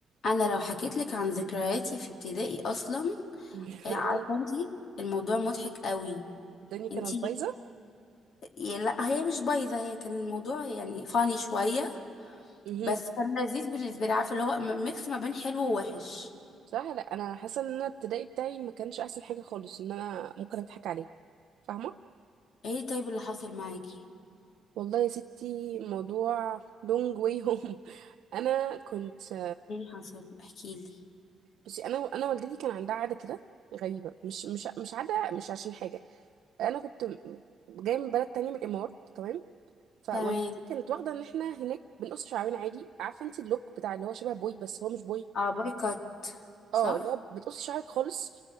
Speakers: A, on the left; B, on the right.
A: انا لو حكيت لك عن ذكرياتي في ابتدائي اصلا
B: <laughs>
A: آه، عارفه
B: ايه
A: انت الموضوع مضحك قوي
B: الدنيا كانت
A: انت
B: بايظه
A: لا هي مش بايظه هي كان الموضوع يعني فاني شويه
B: مهم.
A: بس كان لذيذ بالنسبه لي عارفه اللي هو م- ميكس ما بين حلو ووحش
B: بصراحه لا انا حاسه ان انا الابتدائي بتاعي ما كانش احسن حاجه خالص ان انا ممكن اضحك عليه فاهمه
A: ايه طيب اللي حصل معاكي
B: والله يا ستي موضوع لونج واي هوم <laughs> انا كنت
A: ايه اللي حصل احكي لي
B: بصي انا انا والدتي كان عندها عاده كده غريبه مش مش مش عاده مش عشان حاجه انا كنت جايه من بلد تانية من الامارات تمام فوالدتي
A: تمام
B: كانت واخده ان احنا هناك بنقص شعرنا عادي عارفه انت اللوك بتاع اللي هو شبه بوي بس هو مش بوي
A: اه بايكوت صح
B: اه اللي هو بتقصي شعرك خالص